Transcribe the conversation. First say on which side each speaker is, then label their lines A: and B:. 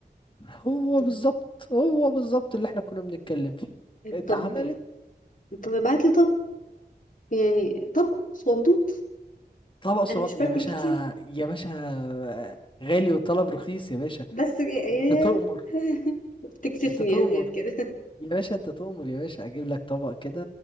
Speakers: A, on the left (about 30°); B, on the left (about 50°).
A: هو
B: طب
A: بالظبط هو بالظبط اللي احنا كنا بنتكلم فيه اتعملت
B: طب طب ابعت لي طب يعني طب صندوق
A: طبق صغير
B: انا مش باكل
A: يا باشا
B: كتير
A: يا باشا آه، غالي وطلب رخيص يا باشا
B: بس يا
A: انت تؤمر
B: <laughs> بتكسفني
A: انت تؤمر
B: يا زياد كده
A: يا باشا انت تؤمر يا باشا اجيب لك طبق كده